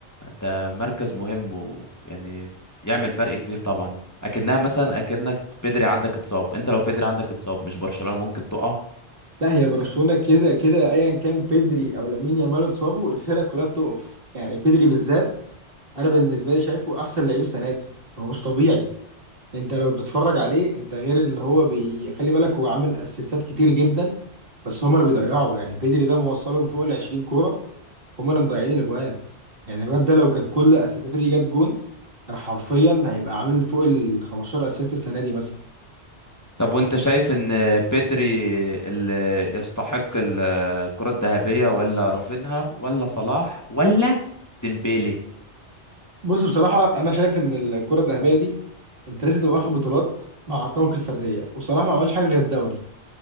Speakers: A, on the left; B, on the right.
A: ده مركز مهم ويعني يعمل فرق كبير طبعا اكنها مثلا اكنك بيدري عندك اتصاب انت لو بيدري عندك اتصاب مش برشلونة ممكن تقع
B: لا هي برشلونه كده كده ايا كان بيدري او لامين يامال اتصابوا الفرقه كلها بتقف يعني بيدري بالذات انا بالنسبه لي شايفه احسن لعيب السنه دي هو مش طبيعي انت لو بتتفرج عليه انت غير ان هو بي... خلي بالك هو عامل اسيستات كتير جدا بس هما اللي بيضيعوا يعني بيدري ده موصلهم فوق ال 20 كوره هما اللي مضيعين الاجوان يعني الواد ده لو كان كل اسيستاته ليه جت جون انا حرفيا هيبقى عامل فوق ال 15 اسيست السنه دي مثلا
A: طب وانت شايف ان بيدري اللي يستحق ال- الكرة الذهبية ولا رافينها ولا صلاح ولا ديمبيلي
B: بص بصراحه انا شايف ان الكره الذهبيه دي انت لازم تبقى واخد بطولات مع ارقامك الفرديه وصلاح ما عملش حاجه غير الدوري